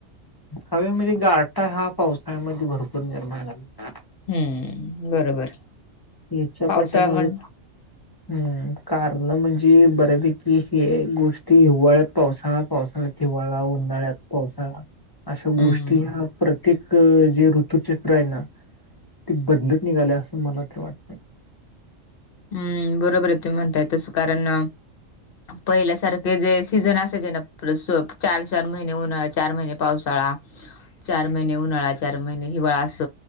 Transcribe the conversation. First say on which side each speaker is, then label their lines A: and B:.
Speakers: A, on the left; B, on the left.
A: हवे मध्ये गारठा हा पावसाळ्यामध्ये भरपूर निर्माण झाला.
B: हम्म बरोबर.
A: यांच्या
B: पावसाळा
A: पाठी माग,
B: म्हण
A: हम्म कारण म्हणजे, बऱ्यापैकी हे गोष्टी हिवाळ्यात पावसाळा, पावसाळ्यात, हिवाळा उन्हाळ्यात पावसाळा अशा गोष्टी
B: हम्म
A: ह्या प्रत्य प्रत्येक जे ऋतुचक्र आहे ना, ते बदलत निघालय अस मला तर वाटत.
B: हम्म. बरोबर आहे तूम्ही म्हणताय तस, कारण पहिल्यासारखे जे सीझन असायचे ना, चार चार महिने उन्हाळा, चार महिने पावसाळा, चार महिने उन्हाळा, चार महिने हिवाळा, अस.